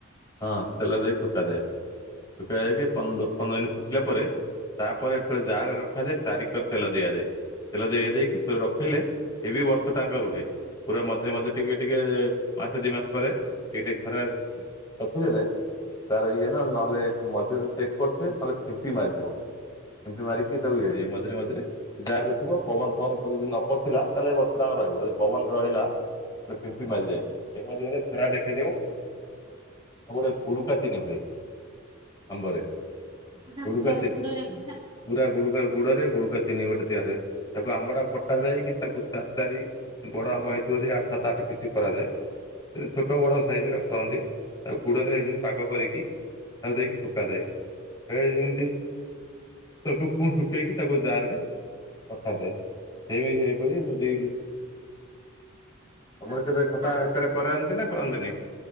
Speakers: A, on the left; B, on the right.
A: ହଁ ତେଲ ଦେଇକି ଶୁକାଯାଏ ଶୁକା ଯାଇକି ପନ ଦଶ ପନ୍ଦର ମିନିଟ୍ ଶୁଖିଲା ପରେ ତାପରେ ଯେତେଳେ ଜାର ରଖାଯାଏ ଚାରିିକର ତେଲ ଦିଆଯାଏ। ତେଲ ଦିଆଜାଇକି ରଖିଲେ ସେ ବି ବର୍ଷ ଟାଙ୍କ ରୁହେ। ପୁରା ମଝିରେ ମଝିରେ ଟିକେ ଟିକେ ଏ ମାସେ ଦି ମାସ ପରେ ଟିକେ ଟିକେ ଖରା ରଖିଦେଲେ ତାର ଇଏ ନା ନହେଲେ ମଝିରେ ଚେକ୍ କରୁଥୁବେ ନହେଲେ ଫିମ୍ପି ମାରିଯିବ। ଫିମ୍ପି ମାରିକି ତାକୁ ଇଏ ଏ ମଝିରେ ମଝିରେ ଜାରେ ଥିବ ପବନ ପବନ ଯଦି ନ ପସିଲା ତାହେଲେ ବର୍ଷଟାଙ୍କ ରହିବ ଯଦି ପବନ ରହିଲା। ରେ ପିମ୍ପି ମାରି ଯାଏ <unintelligible> ଖରା ଦେଖେଇଦିଅ। ତା ଗୋଟେ ଗୁଡୁକା ଚିନି ହୁଏ ଆମ୍ବରେ।
B: ସେଟା
A: ଗୁଡୁକା
B: ଗୁଡ଼ରେ
A: ଚି
B: ଗୁଡ଼ରେ ହଏ ନା।
A: ପୁରା ଗୁଡୁକା ଗୁଡରେ ଗୁଡୁକା ଚିନି ଗୋଟେ ତିଆରି ହୁଏ ତାକୁ ଆମ୍ବ ଟା କଟା ଯାଇକି ତାକୁ ଚାରି ଚାରି ବଡ ଆମ୍ବ ହେଇଥିବ ଯଦି ଆଠ ସାତ ଆଠ ପିସ୍ କରାଯାଏ। ସେ ଛୋଟ ବଡ ସାଇଜର କରନ୍ତି। ତାକୁ ଗୁଡରେ ହେମିତି ପାଗ କରିକି ତାକୁ ଦେଇକି ଶୁକାଯାଏ ହେ ଏମିତି। ତାକୁ ପୁଣି ଶୁଖେଇକି ତାକୁ ଜାର ରେ ରଖାଯାଏ। ସେମି ଏଇପରି ଯଦି
B: ଆ
A: ତମର କେବେ ଖଟା
B: ଆ
A: ହେକରେ କରାନ୍ତି ନା କରନ୍ତିନି।